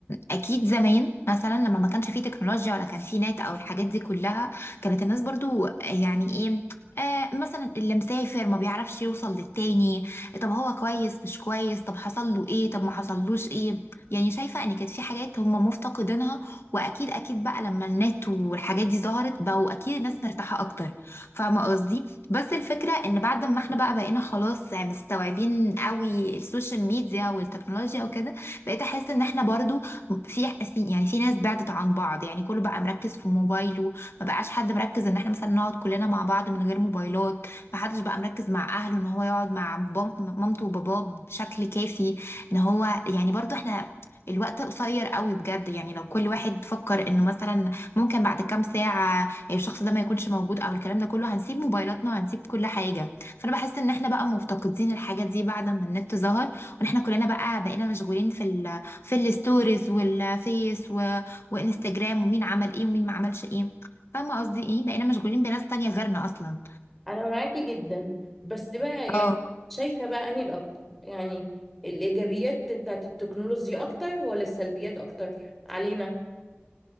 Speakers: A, on the left; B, in the centre.
A: اكيد زمان مثلا لما ما كانش فيه تكنولوجيا ولا كان فيه نت او الحاجات دي كلها كانت الناس برضو آه، يعني ايه آه مثلا اللي مسافر ما بيعرفش يوصل للتاني طب هو كويس مش كويس طب حصل له ايه طب ما حصلوش ايه يعني شايفة ان كانت في حاجات هم مفتقدينها واكيد اكيد بقى لما النت والحاجات دي ظهرت بقوا اكيد الناس مرتاحة اكتر فاهمة قصدي بس الفكرة ان بعد ما احنا بقى بقينا خلاص مستوعبين قوي السوشيال ميديا والتكنولوجيا وكده بقيت احس ان احنا برضو في في- يعني في ناس بعدت عن بعض يعني كله بقى مركز في موبايله ما بقاش حد مركز ان احنا مثلا نقعد كلنا مع بعض من غير موبايلات ما حدش بقى مركز مع اهله ان هو يقعد مع بام- مامته وباباه بشكل كافي ان هو يعني برضو احنا الوقت قصير قوي بجد يعني لو كل واحد فكر انه مثلا ممكن بعد كام ساعة الشخص ده ما يكونش موجود او الكلام ده كله هنسيب موبايلاتنا وهنسيب كل حاجة فانا بحس ان احنا بقى مفتقدين الحاجات دي بعد ما النت ظهر احنا كلنا بقى بقينا مشغولين في ال في الستوريز والفيس و... وانستجرام ومين عمل ايه ومين ما عملش ايه فاهمه قصدي ايه بقينا مشغولين بناس تانية غيرنا اصلا
B: انا معاكي جدا بس بقى يعني
A: اه
B: شايفه بقى اني الاكتر يعني الايجابيات بتاعت التكنولوجيا اكتر ولا السلبيات اكتر علينا